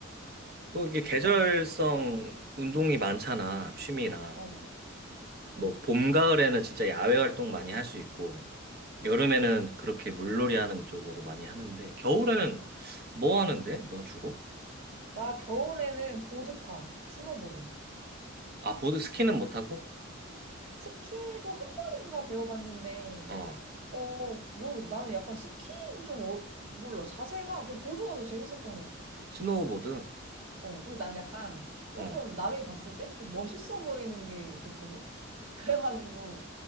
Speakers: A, on the right (about 50°); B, on the right (about 90°).
A: 또 이게 계절성
B: 그렇다고.
A: 운동이
B: 응,
A: 많잖아, 취미나.
B: 맞아.
A: 뭐,
B: 응.
A: 봄, 가을에는 진짜 야외 활동 많이 할 수 있고,
B: 어.
A: 여름에는 그렇게 물놀이 하는 쪽으로 많이 하는데, 겨울에는 뭐 하는데? 넌 주로?
B: 나 겨울에는 보드 타. 스노보드.
A: 아, 보드 스키는 못하고?
B: 스키도 한 번인가 배워봤는데
A: 어,
B: 어, 모르겠어. 나는 약간 스키는 좀 어, 몰라. 자세가 그 보드가 더 재밌었던 것 같아.
A: 스노우보드?
B: 어, 그리고 난 약간 조금
A: 어,
B: 남이 봤을 때 좀 멋있어 보이는 게 좋거든? <laughs> 그래가지고